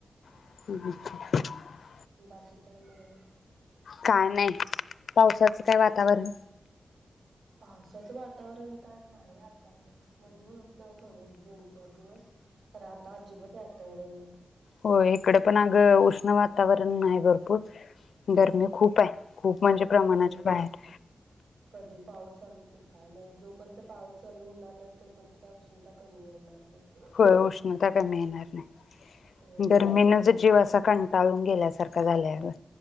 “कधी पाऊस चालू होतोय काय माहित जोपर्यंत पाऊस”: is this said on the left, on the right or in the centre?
Right